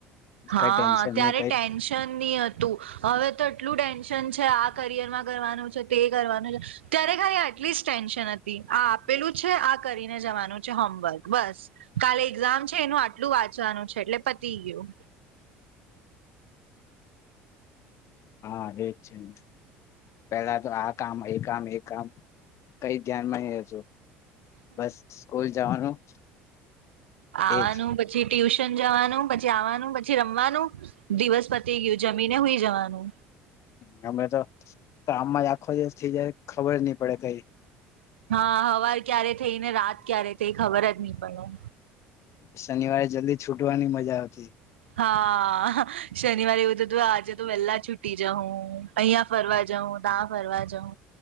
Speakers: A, on the right; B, on the left.
A: હા
B: કઈ ટેન્શન
A: ત્યારે
B: નહી કઈ
A: ટેન્શન નહ હતું. હવે તો એટલું ટેન્શન છે આ કરિયરમાં કરવાનું છે તે કરવાનું છે ત્યારે ખાઈ એટલીસ્ટ ટેન્શન હતી આ આપેલું છે આ કરીને જવાનું છે હોમવર્ક બસ કાલે એક્ઝામ છે એનું આટલું વાંચવાનું છે એટલે પતિ ગું
B: હા એજ છે ને. પેલા તો આ કામ એ કામ એક કામ કઈ ધ્યાન માં છો બસ સ્કૂલ જવાનું
A: આવાનું
B: એજ.
A: પછી ટ્યુશન જવાનું પછી આવવાનું, પછી રમવાનું દિવસ પતી ગયું જમીને સુઈ જવાનું
B: હમ અ તો કામમાં આખો દિવસ થી જ ખબર નહી પડે કઈ.
A: હા હવાર ક્યારે થઈ ને રાત ક્યારે થઈ ખબર જ નહી પડે.
B: શનિવારે જલ્દી છૂટવાની મજા આવતી.
A: હા શનિવારે એવું થું હતું આજે તો વેલા છૂટી જાઉં અહિયાં ફરવા જઉં ત્યાં ફરવા જઉં.